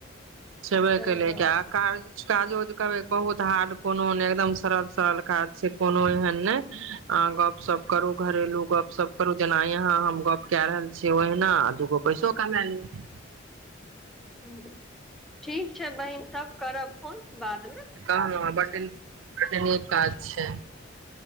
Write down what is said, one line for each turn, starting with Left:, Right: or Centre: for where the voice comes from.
Right: सेबैके
Centre: ताहि
Right: लैके
Centre: दुआरे
Right: आ कार काजोज करै के बहुत हाड कोनो ने एकदम सरल सरल काज छै कोनो एहन ने अ गप सप करू घरेलू गपशप करू जेना यहा हम गप क रहल छीियै ओहिना दूगो पैसो कमा ले
Centre: ह्म्म ठीक छै बहीन तब करब फोन बादमे
Right: बड बर्डे न काज छै